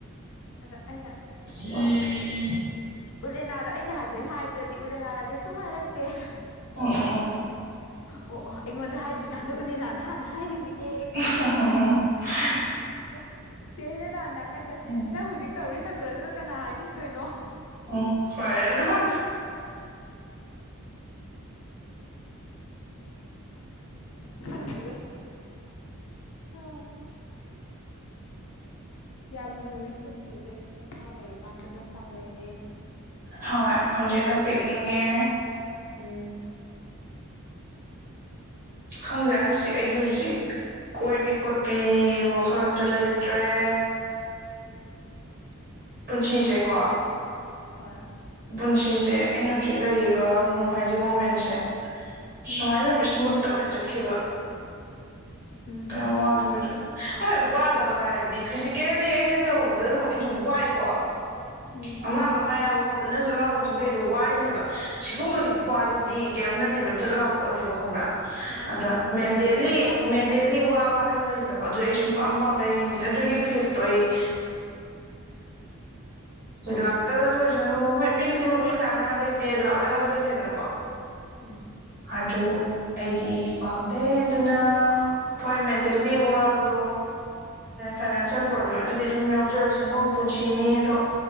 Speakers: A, on the left (about 70°); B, on the right (about 45°).
A: ꯑꯗ ꯑꯩꯅ
B: ꯎꯝ
A: ꯎꯠꯂꯦꯅꯥꯗ ꯑꯩꯅ ꯍꯥꯏꯐꯦꯠ ꯍꯥꯏꯕꯗꯗꯤ ꯎꯠꯂꯦꯅꯥꯅ ꯀꯩꯁꯨꯨꯝ ꯍꯥꯏꯔꯛꯇꯦ
B: ꯑꯣ ꯑꯣ ꯑꯣ
A: ꯑꯣ ꯑꯣ ꯑꯩꯉꯣꯟꯗ ꯍꯥꯏꯗ꯭ꯔꯤꯀꯥꯟꯗ ꯎꯂꯦꯅꯥꯗ ꯍꯥꯟꯅ ꯍꯥꯏꯔꯤꯃꯤꯅꯦ
B: ꯍ ꯍ ꯍ ꯍ ꯍ
A: ꯗꯨꯒ ꯆꯦ ꯍꯦꯂꯦꯅꯥꯅ ꯅꯥꯀꯟꯗꯩ
B: ꯎꯝ
A: ꯅꯪ ꯍꯨꯖꯤꯛ ꯇꯧꯔꯤ ꯁꯞꯇ꯭ꯔꯗꯨꯗ ꯀꯅꯥ ꯍꯥꯏꯅꯤꯡꯗꯣꯏꯅꯣ
B: ꯎꯝ ꯐꯔꯦꯅ
A: ꯁ ꯈꯪꯗꯦꯗ ꯍ ꯌꯥꯝ ꯂꯨꯏ ꯄꯨꯟꯁꯤꯁꯦ ꯑꯉꯥꯡ ꯑꯣꯏꯔꯤꯀꯥꯟꯗꯅ ꯆꯥꯎꯅꯤꯡꯉꯤ
B: ꯍꯣꯏ ꯍꯧꯖꯤꯛꯅ ꯄꯤꯛꯅꯤꯡꯉꯦ
A: ꯑꯣꯏꯅꯤꯡꯉꯦ ꯎꯝ
B: ꯈꯪꯗꯦ ꯔꯥꯁꯤ ꯑꯩꯗꯤ ꯍꯧꯖꯤꯛ ꯀꯣꯏꯕꯤ ꯈꯣꯠꯄꯤ ꯋꯥꯈꯜ ꯑꯝꯇ ꯂꯩꯇ꯭ꯔꯦ ꯄꯨꯟꯁꯤꯁꯦꯀꯣ
A: ꯑꯩꯁꯨ ꯀꯩꯝ ꯍꯣꯏ
B: ꯄꯨꯟꯁꯤꯁꯦ ꯑꯩꯅ ꯍꯧꯖꯤꯛ ꯂꯩꯔꯤꯚ ꯅꯡꯅꯨꯡ ꯍꯥꯏꯥꯏꯗꯤ ꯃꯣꯃꯦꯟꯁꯦ
A: ꯎꯝ
B: ꯁꯨꯃꯥꯏꯅ ꯏꯁꯃꯨꯠ ꯇ ꯑꫭꯏꯅ ꯆꯠꯈꯤꯕ
A: ꯎꯝ
B: ꯀꯩꯝ ꯋꯥꯗꯕꯤꯗ ꯍꯣꯏ ꯋꯥꯗꯕ ꯍꯥꯏꯔꯗꯤ ꯐꯤꯖꯤꯀꯦꯜꯂꯤ ꯑꯩꯅ ꯇꯧꯕꯗ ꯑꯗꯨꯝ ꯑꯩꯁꯨ ꯋꯥꯏꯀꯣ
A: ꯎꯝ
B: ꯑꯃ ꯃꯃꯥꯏ ꯌꯥꯎꯕ ꯈꫭꯠ ꯀ ꯅꯪꯁꯨ ꯑꯉꯥꯡ ꯀꯣꯆꯤꯡ ꯇꯧꯔꯤꯗꯣ ꯋꯥꯔꯤꯅꯦꯕ ꯁꯤꯒꯨꯝꯕꯒꯤ
A: ꯎꯝ
B: ꯈꯨ꯭ꯋꯥꯁꯤꯗꯤ ꯀꯩꯝ ꯅꯠꯇꯦꯕ ꯊꯨꯠ ꯂꯥꯎꯕ ꯄꯣꯠꯅꯦꯕ ꯈꯪꯕ꯭ꯔꯥ
A: ꯃꯥꯅꯤ
B: ꯑꯗ
A: ꯃꯥꯅꯤ
B: ꯃꯦꯟꯇꯦꯂꯤ
A: ꯃꯦꯟꯇꯦꯜꯂꯤ ꯋꯥꯕ
B: ꯃꯦꯟ
A: ꯍꯥꯏꯇꯥꯔꯦ
B: ꯇꯦꯂꯤ ꯋꯥ ꯋꯥ ꯍꯥꯏꯕ ꯃ ꯂꯩꯗꯅꯀꫭ ꯑꯗꯨꯗꯤ ꯑꯩ ꯁꯨꯡ ꯄꯥꯝ ꯄꯥꯝꯗꯦ ꯑꯩ ꯑꯗꯨꯒꯤ ꯐꯦꯖꯇꯣ ꯑꯩ ꯂꯥꯛꯇꯕꯁꯨ ꯑꯣꯏꯁꯅꯨ ꯍꯣꯏ ꯃꯤ ꯈꯨꯗꯤꯡꯃꯛ ꯂꯣꯏ ꯂꯥꯛꯅꯤꯕ ꯍꯥꯏꯕ ꯂꯩ ꯇꯦ ꯂꯥꯛꯑꯣꯏ ꯍꯥꯏꯕꯁꯨ ꯂꯩꯇꯦꯗꯅꯀꯣ
A: ꯎꯝ
B: ꯑꯗꯨ ꯑꯩꯗꯤ ꯄꯥꯝꯗꯦ ꯑꯗꯨꯅ ꯍꯣꯏ ꯃꯦꯟꯇꯦꯜꯂꯤ ꯋꯥꯕꯗꯣ ꯐꯥꯏꯅꯥꯟꯁꯤꯌꯦꯜ ꯄ꯭ꯔꯣꯕ꯭ꯂꯦꯝ ꯑꯗꯨꯗꯤ ꯑꯗꯨꯝ ꯌꯥꯎꯖꯔꯛꯁꯅꯨ ꯄꯨꯟꯁꯤꯅꯤ ꯑꯗꯣ